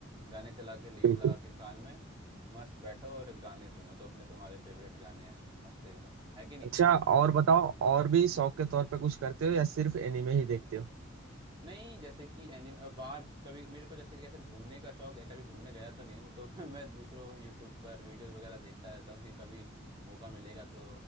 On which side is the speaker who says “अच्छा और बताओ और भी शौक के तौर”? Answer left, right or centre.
Right